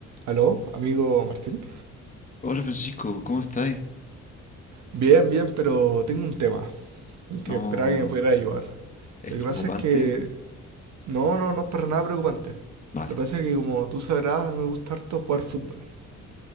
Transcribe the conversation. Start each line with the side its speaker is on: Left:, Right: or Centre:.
Right: Aló, amigo Martín.
Left: Hola Francisco, ¿cómo estáis?
Right: Bien, bien, pero tengo un tema en que
Left: No,
Right: esperaba que me pudiera ayudar.
Left: es
Right: Lo
Left: preocupante.
Right: que pasa es que... No, no, no es para nada preocupante.
Left: Vale,
Right: Lo que pasa es que como tú sabrás, me gusta harto jugar fútbol. En